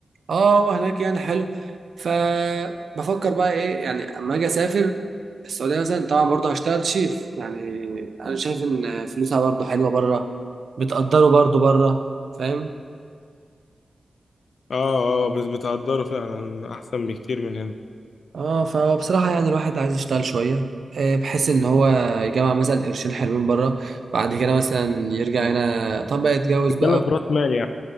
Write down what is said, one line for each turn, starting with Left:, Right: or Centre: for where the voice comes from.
Right: اه وهناك يعني حلو فبفكر بقى ايه يعني اما اجي اسافر السعودية مثلا طبعا برضه هشتغل شيف يعني انا شايف ان فلوسها برضه حلوة بره بتقدره برضه بره فاهم
Left: اه اه بس بتقدره فعلا احسن بكتير من هنا
Right: اه فبصراحة يعني الواحد عايز يشتغل شوية آه، بحيث ان هو يجمع مثلا قرشين حلوين بره بعد كده مثلا يرجع هنا طب بقى يتجوز
Left: بتتكلم
Right: بقى
Left: في راس مال يعني